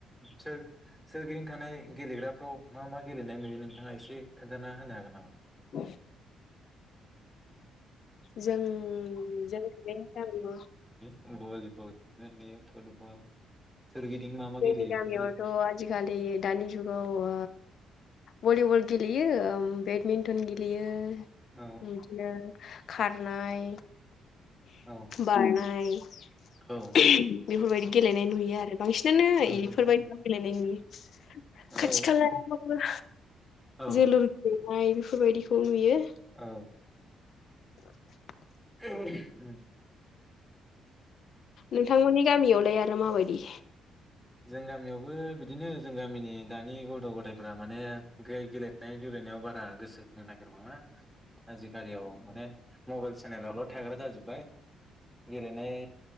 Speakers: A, in the centre; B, on the left.
A: सोर सोरगिदिं थानाय गेलेग्राफ्राव मा मा गेलेनाय नुयो नोंथाङा एसे खोथाना होनो हागोन नामा?
B: <inaudible> जों जों थनायनि गामि
A: भलि बल बिदिनो नुयो फुटबल सोरगिदिं मा मा
B: जोंनि
A: गेलेयो
B: गामियावथ'
A: खोन्थानानै
B: आजिखालि दानि जुगाव ओ भलि बल गेलेयो ओम बेडमिन्टन गेलेयो।
A: औ
B: बिदिनो खारनाय
A: औ
B: बारनाय <inaudible>
A: औ
B: बेफोर बायदि गेलेनाय नुयो आरो। बांसिनानो
A: औ
B: एफोर बायदि गेले नुयो
A: औ
B: खाथि खालायावबो
A: औ
B: जोलुर गेलेनाय बेफ बेफोर बायदिखौ नुयो।
A: औ।
B: <inaudible>
A: ओम।
B: नोंथांमोननि गामियाव ओमफ्राय आरो माबायदि
A: जों गामियावबो बिदिनो जों गामिनि दानि गथ गथायफ्रा माने गेलेनाय दलायनायाव बारा गोसो होनो नागिरबा आजिखालियाव माने मबाइल सेनेलावल थाग्रा जाजोब्बाय गेलेनाय